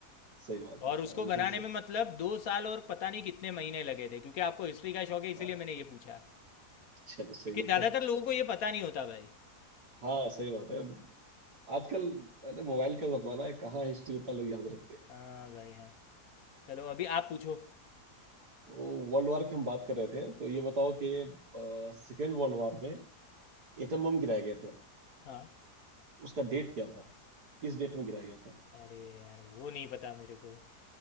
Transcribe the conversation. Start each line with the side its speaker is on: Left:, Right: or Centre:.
Right: सही बात है
Left: और उसको
Right: हाँ
Left: बनाने
Right: उस दिन से
Left: में मतलब दो साल और पता नहीं कितने महीने लगे थे क्योंकि आपको हिस्ट्री का शौक है इसीलिए
Right: हाँ
Left: मैंने ये पूछा
Right: चलो सही
Left: क्योंकि ज़्यादातर
Right: है
Left: लोगों को ये पता नहीं होता भाई
Right: हाँ सही बात है आजकल अरे मोबाइल का जमाना है कहाँ हिस्ट्री उतना लोग याद रखते हैं
Left: हाँ भाई हाँ चलो अभी आप पूछो
Right: तो वर्ल्ड वॉर की हम बात कर रहे थे तो ये बताओ कि सेकेंड वर्ल्ड वॉर में एटम बम गिराए गए थे
Left: हाँ
Right: उसका डेट क्या था किस डेट में गिराया गया था
Left: अरे यार वो नहीं पता मेरे को